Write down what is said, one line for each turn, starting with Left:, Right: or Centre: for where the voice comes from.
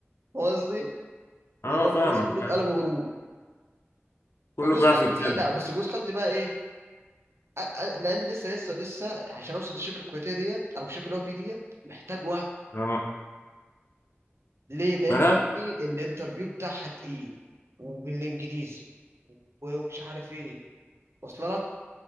Right: هو قصدي
Left: اه
Right: اللي هو
Left: فاهمك
Right: خلاص كلهم
Left: فاهم
Right: قلبوا قرود
Left: كله
Right: فجوز
Left: بيعرف
Right: خالتي
Left: يتكلم
Right: لا بس جوز خالتي بقى ايه أ- أ- لان لسه لسه لسه عشان اوصل للشركه الكويتيه ديت او الشركه اللي هو فيه ديت محتاج وقت
Left: اه
Right: ليه لان
Left: مالها
Right: قالت لي الانترفيو بتاعها تقيل وبالانجليزي ومش عارف ايه واصله لك